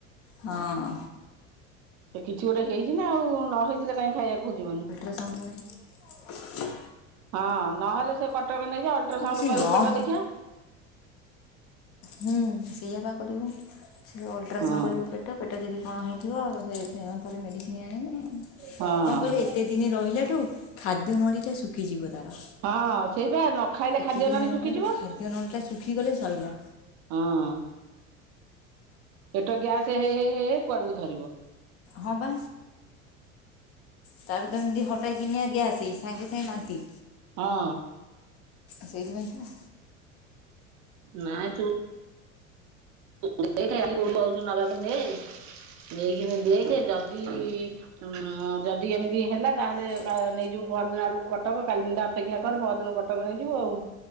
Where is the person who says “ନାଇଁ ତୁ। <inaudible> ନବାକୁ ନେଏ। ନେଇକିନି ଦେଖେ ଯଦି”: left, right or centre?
Right